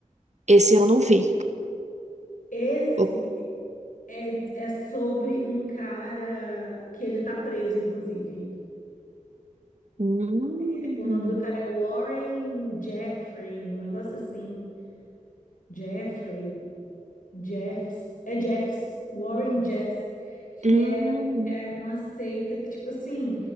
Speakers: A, on the right; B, on the left.
A: Esse eu não vi.
B: Esse
A: Eu-
B: é, é sobre um cara que ele tá preso, inclusive.
A: Hum,
B: É, O nome do cara é Warren Jeffrey, um negócio assim. Jeffrey. Jeffs, é Jeffs, Warren Jeffs, que
A: hum,
B: é, é uma seita que, tipo assim,